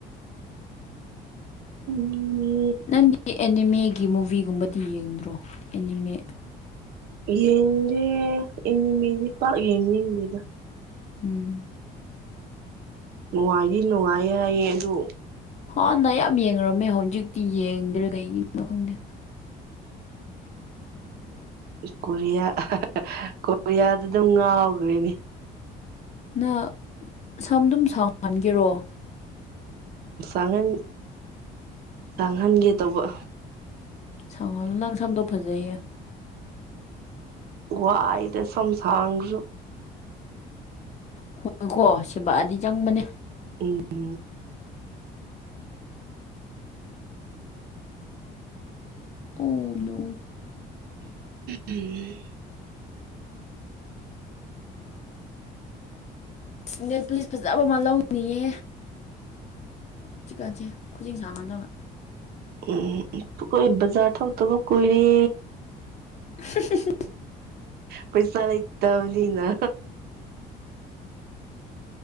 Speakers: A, on the right; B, on the left.
A: ꯅꯤ
B: ꯅꯪꯗꯤ ꯑꯦꯅꯤꯃꯦꯒꯤ ꯃꯨꯚꯤꯒꯨꯝꯕꯗꯤ ꯌꯦꯡꯗ꯭ꯔꯣ ꯑꯦꯅꯤꯃꯦ
A: ꯌꯦꯡꯗꯦ ꯏꯅꯦꯃꯤꯗꯤ ꯄꯥꯛ ꯌꯦꯡꯅꯤꯡꯗꯦꯗ
B: ꯎꯝ
A: ꯅꯨꯡꯉꯥꯏꯔꯤ ꯅꯨꯡꯉꯥꯏꯌꯦ ꯍꯥꯏꯌꯦ ꯑꯗꯨ
B: ꯍꯥꯟꯅ ꯌꯥꯝ ꯌꯦꯡꯅꯨꯔꯝꯃꯦ ꯍꯧꯖꯤꯛꯇꯤ ꯌꯦꯡꯗ꯭ꯔꯦ ꯀꯩꯒꯤꯅꯣ ꯈꯪꯗꯦ ꯎꯝ
A: ꯀꯣꯔꯤꯌꯥ ꯀꯣꯔꯤꯌꯥꯗ ꯑꯗꯨꯝ ꯉꯥꯎꯈ꯭ꯔꯦꯅꯦ
B: ꯅꯪ ꯁꯝ ꯑꯗꯨꯝ ꯁꯪꯍꯟꯒꯦꯔꯣ
A: ꯥꯡꯍꯟ ꯆꯥꯡꯍꯟꯒꯦ ꯇꯧꯕ
B: ꯁꯪꯍꯜꯂ ꯅꯪ ꯁꯝꯗꯣꯛ ꯐꯖꯩꯌꯦ
A: ꯋꯥꯏꯗ ꯁꯁꯁꯨ
B: ꯍꯣꯏꯀꯣ ꯁꯦꯕꯥꯑꯗꯤ ꯆꯪꯕꯅꯦ
A: ꯎꯝ
B: <unintelligible> ꯑꯣꯅ
A: ꯎꯝ
B: ꯑꯅꯦ ꯄꯨꯂꯤꯁ ꯐꯖꯕ ꯑꯃ ꯂꯧꯅꯤꯡꯌꯦ ꯆꯤꯛꯀꯟꯁꯦ ꯈꯨꯖꯤꯡ ꯁꯥꯡꯍꯜꯂꯒ
A: ꯎꯝ ꯀꯣꯏ ꯕꯖꯥ ꯊꯥꯎ ꯇꯕ ꯀꯨꯏꯔꯦ
B: ꯁ
A: ꯄꯩꯁꯥ ꯂꯩ ꯇꯕꯅ